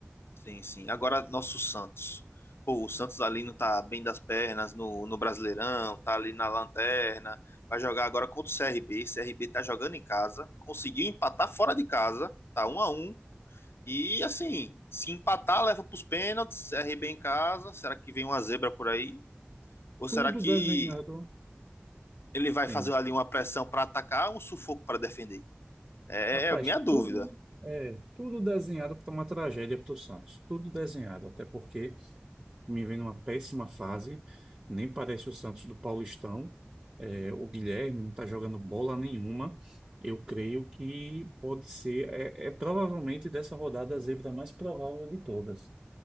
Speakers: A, on the left (about 70°); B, on the right (about 25°).
A: sim, sim. Agora nosso Santos. Pô, o Santos ali não tá bem das pernas no, no Brasileirão, tá ali na lanterna. Vai jogar agora contra o CRB. CRB tá jogando em casa, conseguiu empatar fora de casa, tá um a um. E assim, se empatar, leva pros pênaltis, CRB em casa. Será que vem uma zebra por aí? Ou será
B: Tudo
A: que
B: desenhado.
A: ele vai
B: Sim.
A: fazer ali uma pressão para atacar, um sufoco para defender. É,
B: Rapaz,
A: é é minha dúvida.
B: tudo é tudo desenhado para uma tragédia para o Santos. Tudo desenhado, até porque me vem numa péssima fase. Nem parece o Santos do Paulistão. É, o Guilherme não está jogando bola nenhuma. Eu creio que pode ser, é, é provavelmente dessa rodada a zebra mais provável de todas